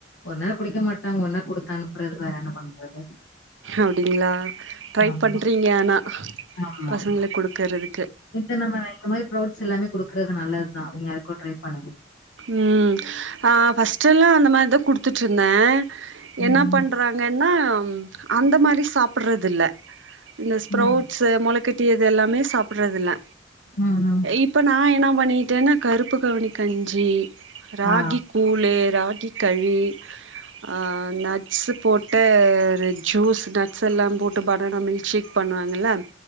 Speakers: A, on the left (about 90°); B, on the right (about 80°).
A: ஒரு நேரோ குடிக்க மாட்டாங்க ஒன்னா குடுத்து அனுப்புறது வேற என்ன பண்றது
B: அப்டிங்ளா ட்ரை
A: ஆமா
B: பண்றீங்க ஆனா
A: ஆமா
B: பசங்ளுக் குடுக்குறது
A: இப்ப நம்ம இந்த மாரி ப்ரோட்ஸ் எல்லாமே குடுக்குறது நல்லதா நீங்க எதுக்கு ட்ரை பண்ணுங்க
B: ம் அ ஃபஸ்ட்டெல்லா அந்த மாரிதா குடுத்துட்ருந்த
A: ம்
B: என்ன பண்றா ங்கனா அந்த மாரி சாப்புறதில்ல இந்த ஸ்ப்ரௌ
A: ம்
B: ஸு மொளக்கட்டியது எல்லாமே சாப்புறதில்ல
A: ம் ம்
B: இப் ப நா என்ன பண்ணிட்டேனா கருப்புகவுனி கஞ்சி ராகி
A: ஆ
B: கூ ழு ராகி களி ஆ நட்ஸு போட்ட ஒரு ஜூஸ் நட்ஸ் எல்லா போட் டுபண்ணனு மில்க் சேக் பண்ணுவாங்கல